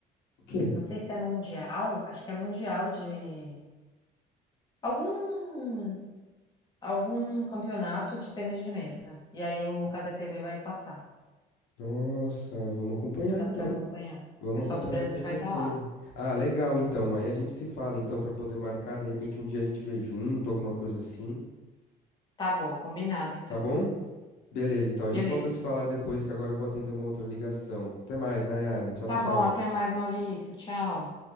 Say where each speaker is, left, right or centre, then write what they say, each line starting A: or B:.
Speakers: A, on the left; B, on the left.
A: o quê?
B: Não sei se é mundial, acho que é mundial de. Algum. Algum campeonato de tênis de mesa. E aí o Cazé TV vai passar.
A: Nossa, vamos acompanhar
B: Dá
A: então.
B: pra acompanhar. O
A: Vamos
B: pessoal
A: acompanhar
B: do Brasil
A: com certeza.
B: vai estar lá.
A: Ah, legal então. Aí a gente se fala então para poder marcar, de repente um dia a gente vê junto, alguma coisa assim,
B: Tá bom, combinado então.
A: tá bom? Beleza, então a
B: Beleza.
A: gente volta a se falar depois que agora eu vou atender uma outra ligação. Até mais, Nayara. Tchau,
B: Tá
A: tchau.
B: bom, até mais, Maurício. Tchau.